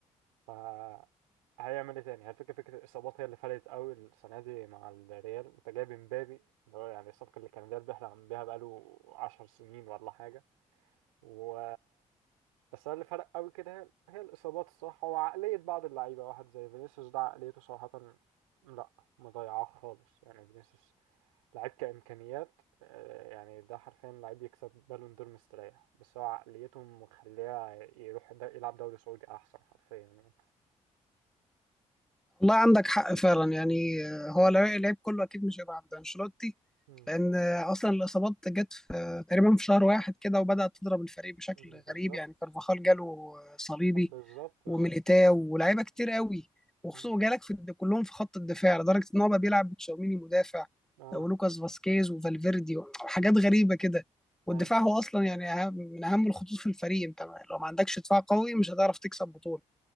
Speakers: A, on the right; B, in the centre.
A: فهيعمل إيه تاني؟ هل فكرة فكرة الإصابات هي اللي فرقت قوي السنة دي مع الريال؟ أنت جايب إمبابي اللي هو يعني الصفقة اللي كان الريال بيحلم بيها بقاله عشر سنين ولا حاجة و بس هو اللي فرق قوي كده هي هي الإصابات الصراحة وعقلية بعض اللعيبة واحد زي فينيسيوس ده عقليته صراحة لأ مضيعة خالص يعني فينيسيوس لعيب كإمكانيات آه، يعني ده حرفيا لعيب يكسب بالون دور مستريح بس هو عقليته مخليه يروح دا يلعب دوري سعودي أحسن حرفيا يعني
B: والله عندك حق فعلا يعني آه، هو لو- اللعيب كله اكيد مش هيبقى عند انشيلوتي
A: مم.
B: لان اصلا الاصابات جت في تقريبا في شهر واحد كده وبدات تضرب الفريق بشكل
A: بالظبط
B: غريب يعني كارفاخال جاله صليبي
A: طب بالظبط
B: وميليتاو
A: اه
B: ولاعيبه كتير قوي وخصوصا
A: مم.
B: جالك في الد- كلهم في خط الدفاع لدرجه ان هو بقى بيلعب بتشاوميني مدافع
A: اه
B: ولوكاس فاسكيز وفالفيردي وحاجات غريبه كده والدفاع
A: اي
B: هو اصلا يعني أهم- من اهم الخطوط في الفريق انت لو ما عندكش دفاع قوي مش هتعرف تكسب بطوله